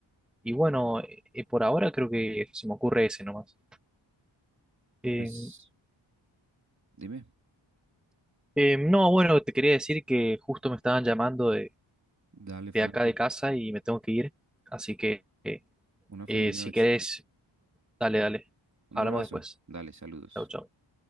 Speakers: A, in the centre; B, on the right.
A: y bueno, eh, por ahora creo que se me ocurre ese nomás. Eh,
B: Pues dime,
A: eh, no, bueno, te quería decir que justo me estaban llamando de,
B: dale, Franco,
A: de acá de casa y me tengo que ir. Así que eh,
B: una feliz
A: eh, si
B: noche.
A: querés, dale, dale.
B: Un
A: Hablamos
B: abrazo.
A: después.
B: Dale, saludos.
A: Chau, chau.